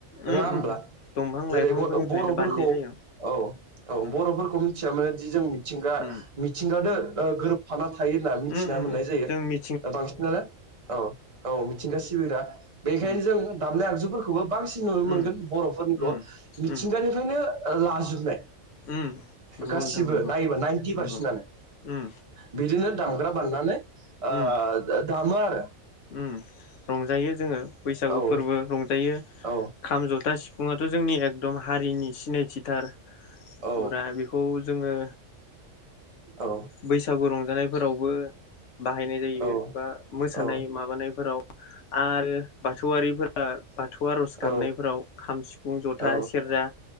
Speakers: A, on the right; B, on the left.
A: नङा
B: उम
A: होमब्ला?
B: उम उम दंफां
A: जेरै
B: लाइफांफोरनिफ्रायनो
A: बर'फोरखौ
B: बानायनाय जायो
A: औ औ
B: उम
A: बर'फोरखौ मिथिया माने जि जों मिथिंगा
B: उम
A: मिथिंगादो गोरोबफाना थायो। होनना मिथिना
B: ओम
A: मोननाय जायो
B: जों मि
A: बांसिनानो औ औ मिथिंगा सिबिग्रा बेनिखायनो
B: उम
A: जों दामनाय आगजु फोरखौबो बांसिन नुनो
B: उम
A: मोनगोन बर'फोरनिखौ
B: उम
A: मिथिंगानिफ्रायनो
B: उम
A: लाजोबनाय
B: उम नंगौ
A: गासिबो
B: नोंथां नंगौ
A: नायोबा नाइन्टि
B: नंगौ
A: पारसेन्टनो
B: उम
A: बिदिनो दामग्रा बाननानै ओ
B: उम
A: दामो आरो।
B: उम रंजायो जोङो बैसागु
A: ओ
B: फोरबो रंजायो
A: औ
B: खाम जथा सिफुंआथ' जोंनि ए एकदम हारिनि सिनायथिथार
A: औ
B: गुरा बेखौ जोङो
A: औ
B: बैसागु रंजानायफोरावबो बाहायनाय जायो
A: औ
B: बा मोसानाय
A: औ
B: माबानायफोराव आरो ब बाथौआरिफोरा बाथौ आर'ज
A: औ
B: गाबनायफोराव खाम सिफुं जथा
A: औ
B: सेरजा